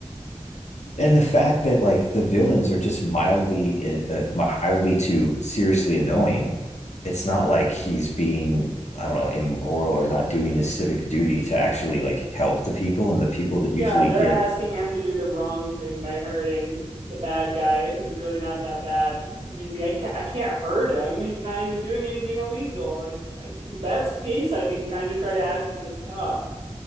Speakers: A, on the left; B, on the right.
A: and the fact that like the villains are just mildly uh, mildly to seriously annoying. It's not like he's being I don't know immoral or not doing his civic duty to actually like help the people and the people that
B: Yeah,
A: usually
B: they're
A: get.
B: asking him to do the wrong thing by hurting the bad guy who's really not that bad. And he's like, I can't, I can't hurt him. He's not even doing anything illegal. Like, I can, best case, I can kind of try to ask him to stop. <laughs>